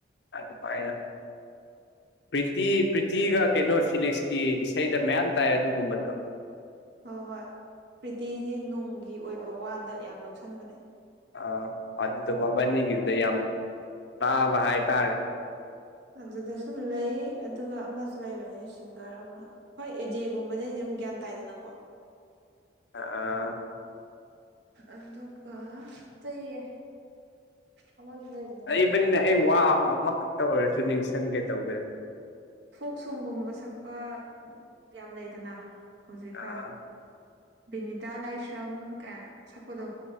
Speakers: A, on the left; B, on the right.
A: ꯑꯗꯨ ꯑꯗꯨ ꯐꯥꯏꯅ ꯄ꯭ꯔꯤꯇꯤ ꯄ꯭ꯔꯤꯇꯤꯒ ꯀꯩꯅꯣ ꯐꯤꯂꯤꯛꯁꯀꯤ ꯏꯁꯩꯗ ꯃꯌꯥꯝ ꯇꯥꯏ ꯑꯗꯨꯒꯨꯝꯕꯗꯣ
B: ꯍꯣꯏ ꯍꯣꯏ ꯄ꯭ꯔꯤꯇꯤꯖꯤ ꯅꯨꯡꯒꯤ ꯑꯣꯏꯕ ꯋꯥꯗ ꯌꯥꯝ ꯂꯧꯁꯟꯕꯅꯦ
A: ꯑ ꯑꯗꯨꯗꯣ ꯃꯕꯥꯅꯤꯒꯤꯗꯨꯗ ꯌꯥꯝ ꯇꯥꯕ ꯍꯥꯏꯇꯥꯔꯦ
B: ꯑꯗꯨꯗꯁꯨ ꯂꯩ ꯑꯗꯨꯒ ꯑꯃꯁꯨ ꯂꯩꯕꯅꯦ ꯁꯤꯡꯒꯔ ꯑꯃ ꯍꯣꯏ ꯑꯦꯖꯦꯒꯨꯝꯕꯗꯩꯗꯤ ꯑꯗꯨꯝ ꯒ꯭ꯌꯥꯟ ꯇꯥꯏꯗꯅꯀꯣ
A: ꯑ ꯑ
B: ꯑꯗꯨꯒ ꯀꯌꯦ ꯑꯃꯁ ꯂꯩ
A: ꯂꯩꯕꯅꯤꯅ ꯑꯩ ꯋꯥꯕ ꯑꯃꯈꯛꯇ ꯑꯣꯏꯔꯁꯨ ꯅꯤꯡꯁꯤꯡꯒꯦ ꯇꯧꯒꯦ
B: ꯐꯣꯛ ꯁꯣꯡꯒꯨꯝꯕ ꯁꯛꯄ ꯌꯥꯝ ꯂꯩꯗꯅ ꯍꯧꯖꯤꯛꯀꯥꯟ
A: ꯑꯥ
B: ꯕꯤꯅꯤꯇꯥ ꯂꯥꯏꯁ꯭ꯔꯝ ꯀꯥꯏꯅ ꯁꯛꯄꯗꯣ